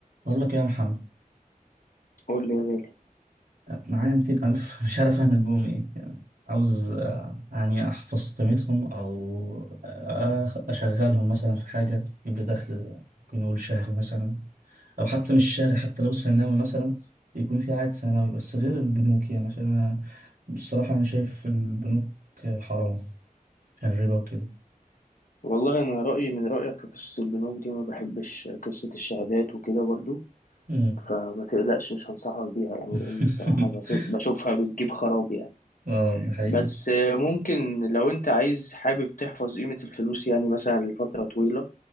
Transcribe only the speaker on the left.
قول لي يا غالي
والله انا رايي من رايك في قصه البنوك دي ما بحبش قصه الشهادات وكده برضو
فما تقلقش مش هنصحك بيها يعني
لان الصراحه بس- بشوفها بتجيب خراب يعني
بس آه، ممكن لو انت عايز حابب تحفظ قيمه الفلوس يعني مثلا لفتره طويله